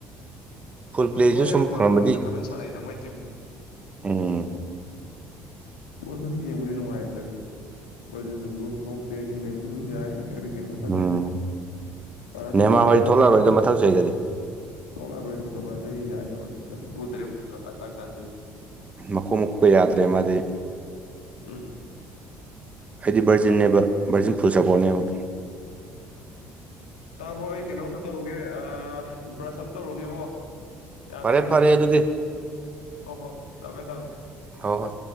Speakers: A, on the right (about 30°); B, on the left (about 90°).
A: ꯐꯨꯜ
B: ꯑꯗꯨ
A: ꯄ꯭ꯂꯦꯁꯨ
B: ꯃꯥ ꯌꯥꯎꯗ꯭ꯔꯒꯅꯕꯨ
A: ꯁꯨꯝ ꯐꯪꯃꯗꯤ
B: ꯍꯦꯟꯅ ꯐꯖꯅ ꯁꯥꯟꯅꯩꯗ ꯃꯣꯏ ꯇꯤꯝꯗꯣ
A: ꯎꯝ
B: ꯣꯠꯕꯨꯗꯤ ꯌꯦꯡꯕꯨꯗꯤ ꯅꯨꯡꯉꯥꯏ ꯍꯥꯏꯟꯇꯥꯔꯦ ꯕꯇꯦ ꯃꯦꯟ ꯌꯥꯏ ꯌꯥꯔꯤ ꯀꯅ ꯇꯖꯩ
A: ꯎꯝ
B: ꯄ ꯐꯗꯤ
A: ꯅꯦꯃꯥ
B: ꯃꯩ
A: ꯍꯣꯏ
B: ꯆꯣꯂꯤ
A: ꯊꯣꯛꯂꯛꯑꯔꯣꯏꯗ ꯃꯊꯪ ꯆꯍꯤꯗꯗꯤ
B: ꯍꯣꯏꯔꯣꯏꯗ ꯆꯍꯤ ꯌꯥꯨ ꯇꯔꯦꯃꯨꯛ ꯁꯨꯂꯥꯏ ꯀꯥꯏꯥꯟꯗꯣꯏꯅꯤ
A: ꯃꯈꯣꯛ ꯃꯈꯣꯛꯄ ꯌꯥꯗ꯭ꯔꯦ ꯃꯥꯗꯤ
B: ꯎꯝ
A: ꯍꯥꯏꯗꯤ ꯕꯔꯖꯤꯟꯅꯦꯕ ꯚꯔꯗꯤꯁꯤꯡ ꯐ ꯄꯨꯖꯕꯅ <unintelligible>
B: ꯇꯥꯕ꯭ꯔꯣ ꯑꯩ ꯀꯩꯅꯣꯝꯇ ꯇꯧꯔꯨꯒꯦ ꯕ꯭ꯔꯁ ꯑꯃ ꯇꯧꯔꯨꯒꯦꯕꯣ ꯌꯥꯗ꯭ꯔꯦꯍꯦ
A: ꯐꯔꯦ ꯐꯔꯦ ꯑꯗꯨꯗꯤ
B: ꯍꯣ ꯍꯣ ꯊꯥꯃꯦ ꯊꯝꯃꯦ
A: ꯍ ꯍꯣꯏ